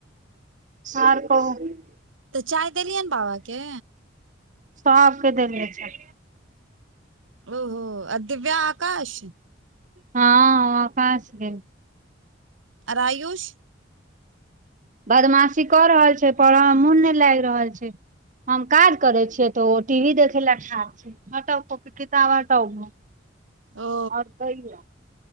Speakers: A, on the right; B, on the right.
A: आरप <unintelligible>
B: तऽ चाय देलियै ने बाे
A: सो आके देलने छै
B: ओहो आ दिव्याकाश
A: हँ अपना सके
B: रायुष
A: बदमाशी क रहल छै पढ़ाई में मोन नहि लाग रहल छै हम काज करे छियै त ओ टी वी देखे ले ठार छै हट को कितब हट आओर
B: ओ
A: कहि य